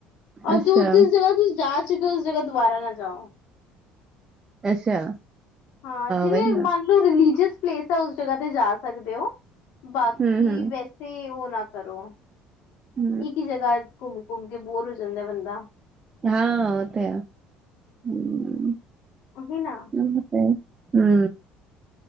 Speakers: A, on the left (about 80°); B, on the right (about 20°).
A: ਔਰ
B: ਅੱਛਾ,
A: ਜੋ ਜਿਸ ਜਗ੍ਹਾ ਤੁਸੀਂ ਜਾ ਚੁੱਕੇ ਹੋ ਉਸ ਜਗ੍ਹਾ ਦੁਬਾਰਾ ਨਾ ਜਾਓ
B: ਅੱਛਾ
A: ਹਾਂ ਜਿਵੇ
B: ਵਹੀ ਨਾ,
A: ਮਨ ਲੋ ਰਲੀਜੀਅਸ ਪਲੇਸ ਹੈ ਉਸ ਜਗ੍ਹਾ ਤੇ ਜਾ ਸਕਦੇ ਹੋ ਬਾਕੀ
B: ਹੂੰ, ਹੂੰ,
A: ਵੈਸੇ ਉਹ ਨਾ ਕਰੋ
B: ਹੁ
A: ਇਕ ਈ ਜਗ੍ਹਾ ਘੁੰਮ ਘੁੰਮ ਕੇ ਬੋਰ ਹੋ ਜਾਂਦਾ ਬੰਦਾ
B: ਹਾਂ ਉਹ ਤੇ ਹੈ ਹੁ
A: ਕਹੀ ਨਾ <unintelligible>
B: ਅ ਹੁ ਹੁ